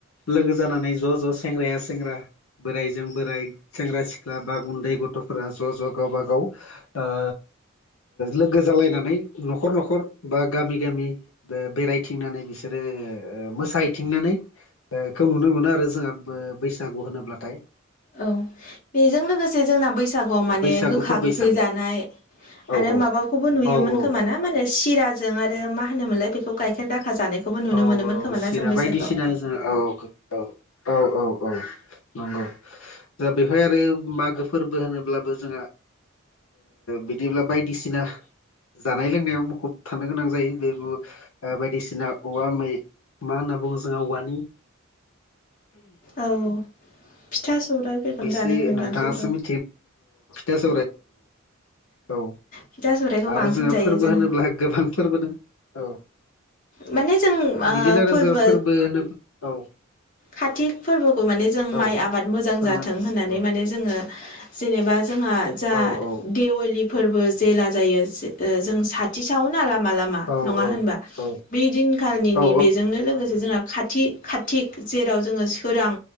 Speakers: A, on the left (about 75°); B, on the left (about 40°).
A: लोगो जानानै ज' ज' सेंग्राया सेंग्रा। बोराइजों बोराइ सेंग्रा सिख्ला बा उन्दै गथ'फोरा ज' ज' गावबा गाव आ लोगो जालायनानै न'खर न'खर बा गामि गामि बेरायथिंनानै बिसोर। बिसोरो मोसाहथिंनानै। खौ नुनो मोनो आरो जोंहा बैसागु होनोब्लाथाय
B: औ बेजों लोगोसे जोंना बैसागुआव माने
A: बैसागु
B: गोखा
A: फोरबो
B: गोखै
A: हिसाबै
B: जानाय।
A: औ
B: आरो
A: औ
B: माबाखौबो नुयोमोन
A: औ औ
B: खोमा ना मा होने सिरा जों आरो मा होनोमोनलाय बेखौ गाइखेर दाखा जानायखौबो नुनो
A: औ
B: मोनोमोन
A: औ
B: खोमा
A: सिरा
B: ना जों बैसागोआव।
A: बायदिसिना औ औ औ औ औ नंगौ। द बेवहाय आरो मागो फोरबो होनोब्लाबो जोंहा। बिदिब्ला बायदिसिना। जानाय लोंनायाव मुखुब थानो गोनां जायो बेबो बायदिसिना। औवा मै मा होनना बुङो जोंहा औवानि
B: औ फिथा सौराइफोरखौनो
A: बिसो
B: जानाय नुयो
A: नोंथाङासो
B: बांसिनथ'
A: मि तस औ
B: फिथा सौराइखौ
A: आरो
B: बांसिन
A: जोहा
B: जायो
A: फोरबो
B: जोङो
A: होनोब्ला गोबां फोरबो दं औ।
B: माने जों ओ
A: बिदिनो आरोोजा
B: फोरबोआ
A: फोरबो होनो औ।
B: खाातिक फोरबोखौ माने जों माइ
A: औ
B: आबाद मोजां
A: फोरमायनाय
B: जाथों
A: एसे
B: होननानै
A: औ
B: माने। जोङो जेनेबा जोंहा जा
A: औ औ
B: देवालि फोरबो जेला जायो जों साथि सावना। नङा
A: औ
B: होनबा
A: औ
B: बै दिनखालिनिनि
A: औ
B: बेजोंनो लोगोसे जोंहा खाथि खाथि जेराव जोङो सोरां